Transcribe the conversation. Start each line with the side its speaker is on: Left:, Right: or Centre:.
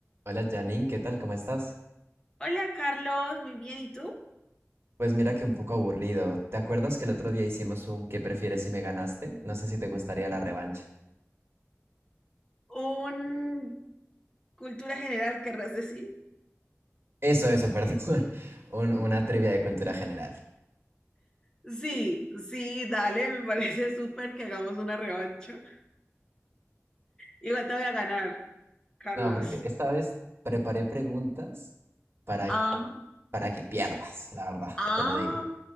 Right: Hola Janine, ¿qué tal? ¿Cómo estás?
Left: Hola Carlos, muy bien, ¿y tú?
Right: Pues mira que un poco aburrido. ¿Te acuerdas que el otro día hicimos un ¿qué prefieres si me ganaste? No sé si te gustaría la revancha.
Left: ¿Un cultura general querrás decir?
Right: Eso, eso, perdón. <laughs> Un- una trivia de cultura general.
Left: Sí, sí, dale, me parece <laughs> súper que hagamos una revancha. Igual te voy a ganar, Carlos.
Right: No, porque esta vez preparé preguntas para,
Left: Ah,
Right: para que pierdas, la verdad,
Left: ah,
Right: te lo digo.